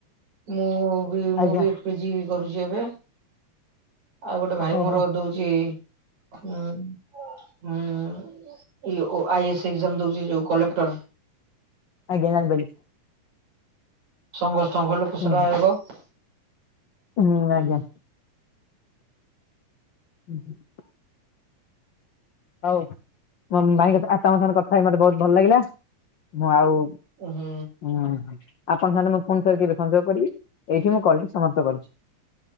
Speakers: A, on the right; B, on the left.
A: ମୁଁ ବି
B: ଆଜ୍ଞା
A: ମୁଁ ବି ପିଜି କରୁଚି ଏବେ। ଆଉ ଗୋଟେ ଭାଇ
B: ଓହୋ
A: ମୋର ଦଉଚି ହୁଁ ହଁ ଆଇ ଏସ୍ ଏଜାମ ଦଉଛି ଯୋଉ କଲେକ୍ଟର।
B: ଆଜ୍ଞା ଜାଣି ପାରିଲି।
A: ସଂଘ ସଂଘ ଲୋକ ସେବା
B: ହୁଁ
A: ଆୟୋଗ ହୁଁ।
B: ହୁଁ ଆଜ୍ଞା <inaudible> ହଉ ମୋ ଭାଇଙ୍କ ଆପଣଙ୍କ ସାଙ୍ଗରେ କଥା ହେଇି ମତେ ବହୁତ ଭଲ ଲାଗିଲା। ମୁଁ ଆଉ
A: ଓହୋ।
B: ହୁଁ ଆପଣ ସାଙ୍ଗରେ ମୁଁ ଫୋନ୍ ସରି କେବେ ସଂଯୋଗ କରିବି ଏଇଠି ମୁଁ କଲ ଟି ସମାପ୍ତ କରିୁଛି।